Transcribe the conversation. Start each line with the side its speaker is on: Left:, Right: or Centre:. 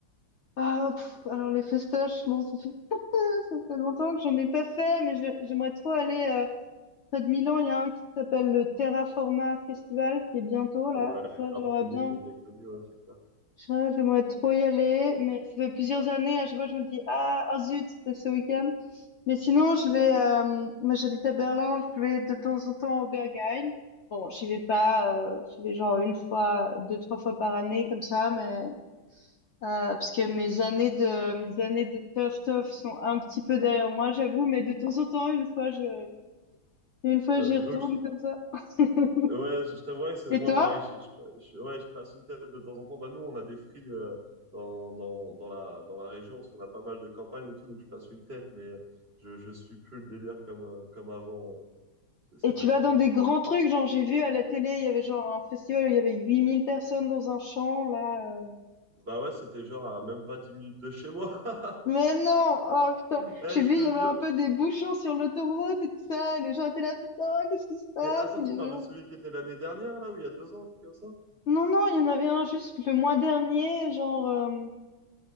Left: ah, pff, alors les festoches, bon, ça Ça fait longtemps que j'en ai pas fait, mais je- j'aimerais trop aller euh, près de Milan. Il y a un qui s'appelle le Terraforma Festival qui est bientôt là.
Right: Ouais,
Left: Ça,
Right: grave
Left: j'aurais
Right: connu,
Left: bien.
Right: méga connu, ouais, c'est ça.
Left: ça, J'aimerais trop y aller, mais ça fait plusieurs années. À chaque fois, je me dis, ah, oh zut, c'était ce week-end. Mais sinon, je vais. euh, moi, j'habite à Berlin. Je vais de temps en temps au Berghain. Bon, j'y vais pas. euh, j'y vais genre une fois, deux, trois fois par année comme ça, mais euh, parce que mes années de mes années de tough tough sont un petit peu derrière moi, j'avoue, mais de temps en temps, une fois je une fois
Right: J'a-
Left: j'y
Right: J'avoue
Left: retourne
Right: que,
Left: comme ça. <laughs>
Right: je- ouais, je, je t'avouerais que c'est
Left: Et
Right: moi
Left: toi?
Right: pareil. Je, je- je- ouais, je passe une tête de temps en temps. Bah, nous, on a des frilles euh, dans, dans, dans la, dans la région, parce qu'on a pas mal de campagnes et tout, donc je passe une tête, mais je, je suis plus le délire comme, euh, comme avant. euh. C'est c'est
Left: Et tu
Right: fatigant.
Left: vas dans des grands trucs, genre j'ai vu à la télé, il y avait genre un festival où il y avait 8000 personnes dans un champ, là. euh.
Right: Bah ouais, c'était genre à même pas 10 minutes de chez moi.
Left: Mais
Right: <laughs>
Left: non! Oh putain!
Right: Eh,
Left: J'ai
Right: je
Left: vu,
Right: te
Left: il y avait
Right: jure.
Left: un peu des bouchons sur l'autoroute et tout ça, et les gens étaient là, putain, qu'est-ce qui se passe?
Right: Mais attends,
Left: Il
Right: tu
Left: y
Right: parles
Left: avait-
Right: de celui qui était l'année dernière, là, ou il y a deux ans, un truc comme ça?
Left: Non, non, il y en avait un juste le mois dernier, genre. euh,